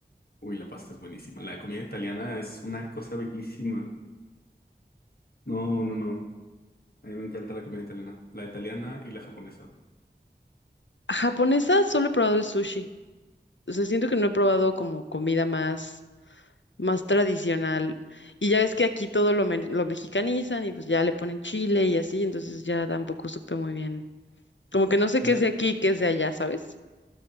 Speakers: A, on the left (about 55°); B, on the left (about 85°).
A: Uy, la pasta es buenísima. La comida italiana es una cosa bellísima. No, no, no. A mí me encanta la comida italiana. La italiana y la japonesa.
B: Japonesa solo he probado el sushi. O sea, siento que no he probado como comida más. más tradicional. Y ya ves que aquí todo lo, men- lo mexicanizan y pues ya le ponen chile y así, entonces ya tampoco supe muy bien. Como que no sé
A: Mira,
B: qué es de aquí y qué es de allá, ¿sabes?